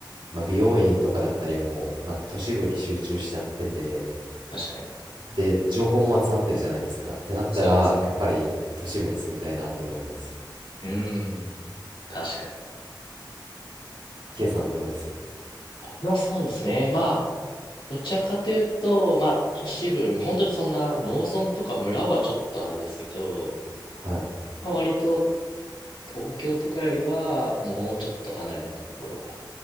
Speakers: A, on the right; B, on the left.
A: まあ、美容院とかだったりも、まあ、都市部に集中しちゃってて、
B: 確かに。
A: で、情報も集まってるじゃないですか。ってなったら、
B: そうですね。
A: やっぱり都市部に住みたいなって思います。
B: うーん。確かに。
A: K さんどうです
B: 僕はそうですね。まあ、どちらかというと、まあ、都市部、本当にそんな農村とか村はちょっとあれですけど、
A: はい。
B: まあ、割と東京とかよりはもうちょっと離れたところが